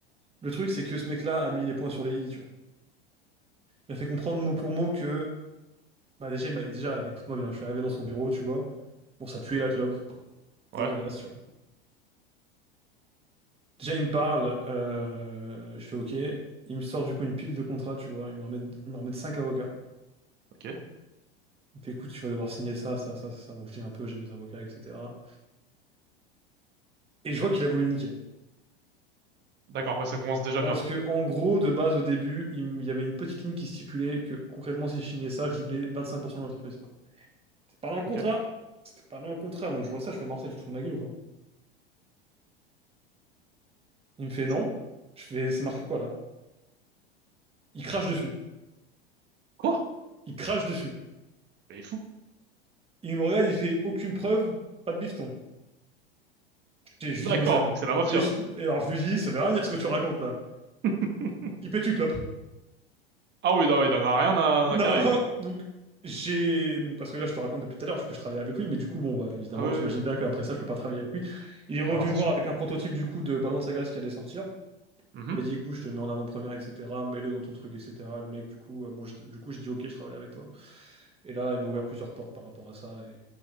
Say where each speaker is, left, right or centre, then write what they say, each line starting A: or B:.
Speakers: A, on the right (about 20°); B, on the right (about 35°).
A: le truc, c'est que ce mec-là a mis les points sur les i, tu vois. Il m'a fait comprendre mot pour mot que, bah, déjà, il m'a- déjà, écoute-moi bien, je suis arrivé dans son bureau, tu vois. Bon, ça puait la clope.
B: Ouais.
A: Dégueulasse, tu vois. Déjà, il me parle, euh, je fais OK. Il me sort du coup une pile de contrats, tu vois. Il me ramène, il me ramène cinq avocats.
B: Ok.
A: Il me fait, écoute, tu vas devoir signer ça, ça, ça, ça. Donc je dis un peu, j'ai mes avocats, etc. Et je vois qu'il a voulu me niquer.
B: D'accord, ouais, ça commence déjà
A: Parce
B: bien.
A: que, en gros, de base, au début, il m- il y avait une petite ligne qui stipulait que concrètement, si je signais ça, je lui donnais 25% de l'entreprise. C'est pas dans le contrat.
B: Ok.
A: C'était pas dans le contrat. Donc je vois ça, je fais morceau, tu te fous de ma gueule ou quoi? Il me fait non.
B: C'est,
A: Je fais, c'est marqué quoi là? Il crache dessus.
B: quoi?
A: Il crache dessus.
B: Mais il est fou. <laughs>
A: Il me regarde, il fait aucune preuve, pas de bifton. Et Je
B: D'accord,
A: lui dis, mais ça.
B: donc c'est la mafia.
A: Mais je- et alors je lui dis, ça veut rien dire ce que tu racontes là.
B: <laughs>
A: Il pète une clope. <laughs>
B: Ah oui, non, ouais, il en a rien à,
A: Non,
B: à carrer,
A: là,
B: quoi.
A: donc, j'ai. Parce que là, je te raconte depuis tout à l'heure que je travaillais avec lui, mais du coup, bon, bah, évidemment,
B: Ah oui,
A: tu
B: oui.
A: imagines
B: oui.
A: bien qu'après ça, je peux pas travailler avec lui. Il est revenu
B: Ah non, c'est
A: me voir
B: sûr.
A: avec un prototype du coup de Ballon de Saga qui allait sortir.
B: Mhm.
A: Il m'a dit, écoute, je te le mets en avant-première, etc. Mets-le dans ton truc, etc. Le mec, du coup, euh, bon, je- du coup, j'ai dit, ok, je travaille avec toi. Et là, il m'a ouvert plusieurs portes par rapport à ça. Et,